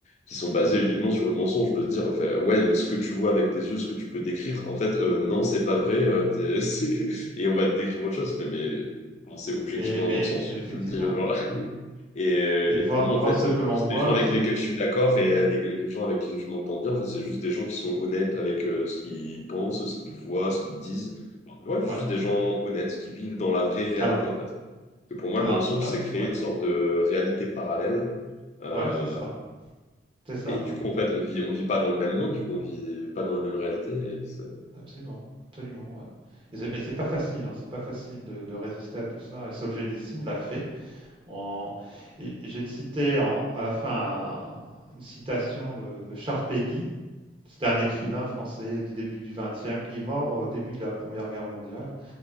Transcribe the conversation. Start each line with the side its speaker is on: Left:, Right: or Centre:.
Left: qui sont basés
Right: Mhm.
Left: uniquement sur le mensonge, de dire, enfin, ouais, mais ce que tu vois avec tes yeux, ce que tu peux décrire, en fait, euh, non, c'est pas
Right: Mhm.
Left: vrai, euh, t'es- <laughs> c'est- et on va te décrire autre chose. Fait, mais bon, c'est objectivement
Right: Mais, mais,
Left: un non-sens
Right: mais
Left: ce que
Right: effectivement,
Left: tu me dis, genre.
Right: ouais.
Left: Et, euh,
Right: Et
Left: et
Right: voir,
Left: pour moi, en
Right: voir
Left: fait,
Right: ce
Left: euh,
Right: que l'on
Left: juste
Right: voit,
Left: les gens avec
Right: c'est...
Left: lesquels je suis d'accord et euh, les les gens avec qui je m'entends bien, en fait, c'est juste des gens qui sont honnêtes avec euh, ce qu'ils pensent, ce qu'ils voient, ce qu'ils disent. Alors, ouais, juste
Right: Ouais.
Left: des gens honnêtes qui vivent dans la vraie réalité,
Right: Alors,
Left: en fait. Parce que pour moi,
Right: alors
Left: le mensonge,
Right: euh,
Left: c'est créer
Right: ouais,
Left: une sorte de réalité parallèle. Euh,
Right: ouais, c'est ça. C'est ça.
Left: et du coup, en fait, on vit, on vit pas dans le même monde, du coup, on vit pas dans la même réalité. et c'est-
Right: Absolument, absolument, ouais. Et c'est mais c'est pas facile, hein, c'est pas facile de, de résister à tout ça et Solzhenitsyn l'a fait. En... Et, et j'ai cité en- à la fin un- une citation de, de Charles Péguy, c'était un écrivain
Left: Mhm.
Right: français du début du XXe qui est mort au début de la Première Guerre mondiale.